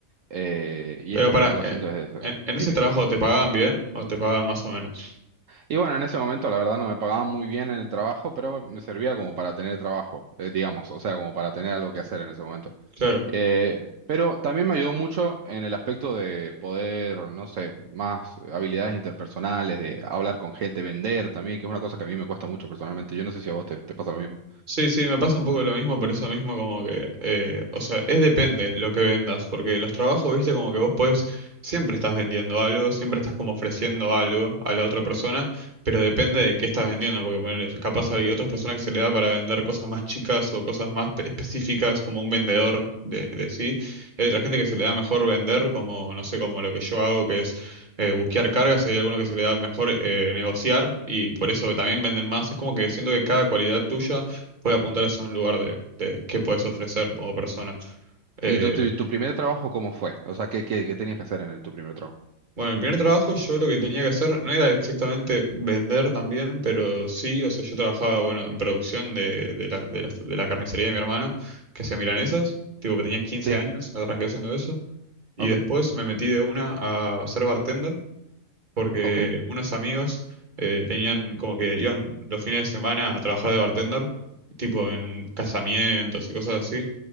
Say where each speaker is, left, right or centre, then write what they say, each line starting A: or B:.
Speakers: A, on the right; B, on the right.
A: eh, y
B: Pero
A: es lo
B: para,
A: que vengo
B: eh,
A: haciendo desde...
B: ¿en, en ese
A: Dime.
B: trabajo te pagaban bien o te pagaban más o menos?
A: Y bueno, en ese momento la verdad no me pagaban muy bien en el trabajo, pero me servía como para tener trabajo, eh, digamos, o sea, como para tener algo que hacer en ese momento.
B: Claro.
A: Eh, pero también me ayudó mucho en el aspecto de poder, no sé, más habilidades interpersonales, de hablar con gente, vender también, que es una cosa que a mí me cuesta mucho personalmente. Yo no sé si a vos te, te pasa lo mismo.
B: Sí, sí, me pasa un poco lo mismo, por eso mismo como que, eh, o sea, es depende lo que vendas, porque los trabajos, viste, como que vos podés, siempre estás vendiendo algo, siempre estás como ofreciendo algo a la otra persona, pero depende de qué estás vendiendo, porque ponele, capaz hay otras personas que se le da para vender cosas más chicas o cosas más pe- específicas, como un vendedor de, de sí, y hay otra gente que se le da mejor vender, como, no sé, como lo que yo hago, que es eh, buscar cargas, hay algunos que se le da mejor eh, negociar, y por eso también venden más, es como que siento que cada cualidad tuya puede apuntar hacia un lugar de, de qué puedes ofrecer como persona. Eh,
A: ¿Y tu, tu, tu primer trabajo cómo fue? O sea, ¿qué, qué, qué tenías que hacer en el- tu primer trabajo?
B: bueno, en mi primer trabajo yo lo que tenía que hacer no era exactamente vender también, pero sí, o sea, yo trabajaba, bueno, en producción de, de la, de la, de la carnicería de mi hermano, que hacía milanesas, tipo que tenía 15
A: Sí,
B: años, arranqué haciendo eso, y
A: ok,
B: después me metí de una a ser bartender, porque
A: ok.
B: unos amigos eh, tenían como que iban los fines de semana a trabajar de bartender. tipo en casamientos y cosas así,